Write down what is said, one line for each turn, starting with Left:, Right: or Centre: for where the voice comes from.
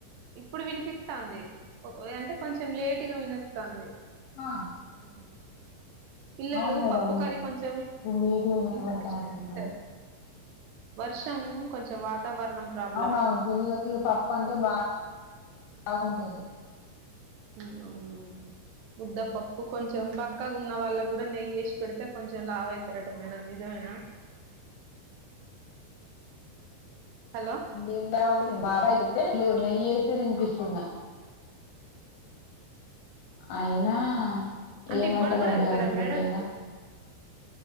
Right: ఇప్పుడు వినిపిస్తాంది అంటే కొంచెం లేటుగా వినొస్తంది
Left: ఆ
Right: ఉ పిల్లలు
Left: అవును మేడం
Right: పప్పు కర్రీ కొంచెం
Left: లేటుగా వినబడతానట్టుంది
Right: ఇంట్రెస్ అంటారు వర్షం కొంచెం వాతావరణం ప్రాబ్లమే
Left: అవునవును పిల్లలకి ఇగ పప్పు అంటే బా బాగుంటది
Right: అవునవును ముద్దపప్పు కొంచెం బక్కగా ఉన్న వాళ్ళకు కూడా నెయ్యి వేసి పెడితే కొంచెం లావవుతారట మేడం నిజమేనా హలో
Left: ఏమిలే మా అబ్బాయికి <unintelligible> నెయ్యి నెయ్యిేసి తినిపిస్తున్నా అయినా
Right: అంటే
Left: ఏమంతా
Right: ఇప్పటికి
Left: లడ్డుగా
Right: కూడా ఇస్తారా
Left: అనిపియట్లేగా
Right: మేడం